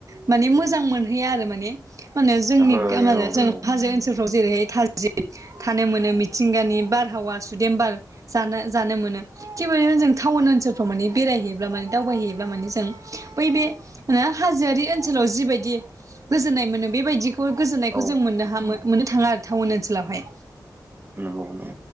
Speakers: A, on the right (about 50°); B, on the right (about 30°).
A: माने मोजां मोनहैया आरो माने माने जोंनि
B: ओहो
A: मा होनो
B: औ
A: जों
B: औ
A: हाजो ओनसोलफ्राव जेरैहाय थाजिम थानो मोनो मिथिंगानि बारहावा सुदेम बार जानो जानो मोनो थिग बेबायदिनो जों टाउन ओनसोलफ्राव माने बेरायहैयोब्ला माने दावबायहैयोब्ला माने जों बै बे हाजोआरि ओनसोलाव जिबायदि गोजोन्नाय मोनो बेबायदि बेफोर गोजोन्नायखौ
B: औ
A: जों मोननो हा मोननो थाङा आरो टाउन ओनसोलावहाय
B: नंगौ नंगौ